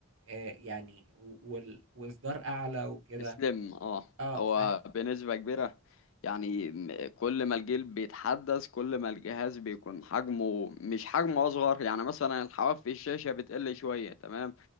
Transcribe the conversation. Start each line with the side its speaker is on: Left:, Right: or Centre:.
Right: آآ يعني و وال وإصدار أعلى وكده.
Left: اسلم اه
Right: آه،
Left: هو
Right: فه
Left: بنسبة كبيرة يعني م- كل ما الجيل بيتحدث كل ما الجهاز بيكون حجمه مش حجمه اصغر يعني مثلا الحواف في الشاشة بتقل شوية تمام